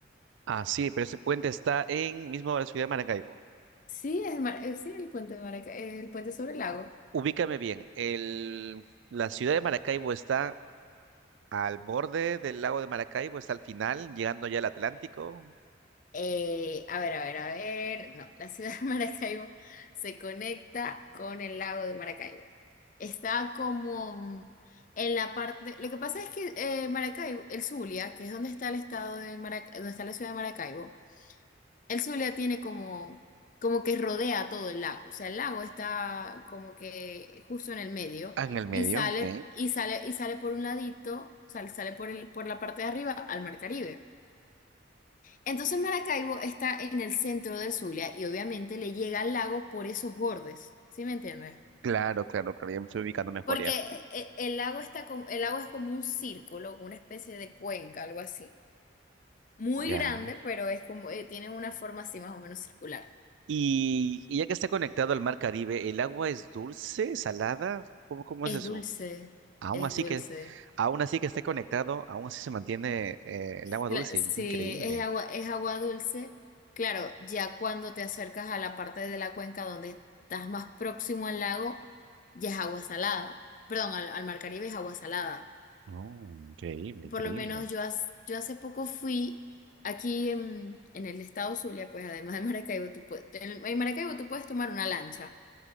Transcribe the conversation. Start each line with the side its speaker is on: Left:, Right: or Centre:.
Right: Ah, sí, pero ese puente está en mismo la ciudad de Maracaibo.
Left: Sí, es, Mar- eh, sí, el puente de Maraca- eh, el puente sobre el lago.
Right: Ubícame bien, el, la ciudad de Maracaibo está Al borde del lago de Maracaibo está al final, llegando ya al Atlántico.
Left: Eh, a ver, a ver, a ver. No, la ciudad de Maracaibo se conecta con el lago de Maracaibo. Está como mm, en la parte. Lo que pasa es que eh, Maracaibo, el Zulia, que es donde está el estado de Maracaibo, donde está la ciudad de Maracaibo, el Zulia tiene como, como que rodea todo el lago. O sea, el lago está como que justo en el medio
Right: Ah, en el medio,
Left: y sale,
Right: ok.
Left: y sale, y sale por un ladito, sale, sale por el, por la parte de arriba al Mar Caribe. Entonces Maracaibo está en el centro del Zulia y obviamente le llega al lago por esos bordes, ¿sí me entiendes?
Right: Claro, claro, claro, ya me estoy ubicando mejor
Left: Porque
Right: ya.
Left: e- el lago está como, el lago es como un círculo, una especie de cuenca, algo así. Muy
Right: Ya.
Left: grande, pero es como, eh, tiene una forma así más o menos circular.
Right: Y, y ya que está conectado al mar Caribe, ¿el agua es dulce, salada? ¿Cómo, cómo
Left: Es
Right: es eso?
Left: dulce,
Right: Aún
Left: es
Right: así
Left: dulce.
Right: que, aún así que esté conectado, aún así se mantiene eh, el agua
Left: Cla-
Right: dulce.
Left: Sí,
Right: Increíble.
Left: es agua, es agua dulce. Claro, ya cuando te acercas a la parte de la cuenca donde estás más próximo al lago, ya es agua salada. Perdón, al, al mar Caribe es agua salada.
Right: Oh, increíble, increíble.
Left: Por lo menos yo, hace- yo hace poco fui aquí en, en el estado Zulia, pues además de Maracaibo, tú puedes, en, en Maracaibo tú puedes tomar una lancha